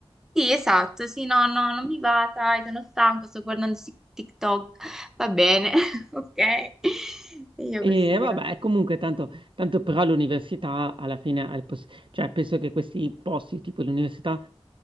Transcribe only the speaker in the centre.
Sì, esatto, sì, no, no, non mi va, sai, sono stanco, sto guardando si- TikTok, va bene, <laughs> ok? E io
così,
va bene.